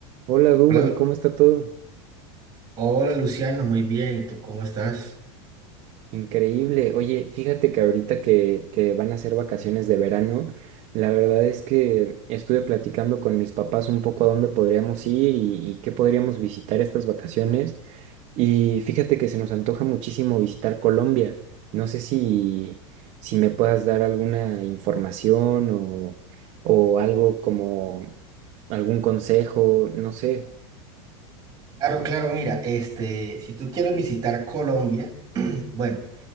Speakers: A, on the right; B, on the right.
A: Hola Duban,
B: Hola, Lu-
A: ¿cómo está todo?
B: hola, Luciano, muy bien. ¿Y tú cómo estás?
A: Increíble. Oye, fíjate que ahorita que, que van a ser vacaciones de verano, la verdad es que estuve platicando con mis papás un poco a dónde podríamos ir y, y qué podríamos visitar estas vacaciones. Y fíjate que se nos antoja muchísimo visitar Colombia. No sé si, si me puedas dar alguna información o, o algo como algún consejo, no sé.
B: Claro, claro, mira, este, si tú quieres visitar Colombia, <clears throat> bueno,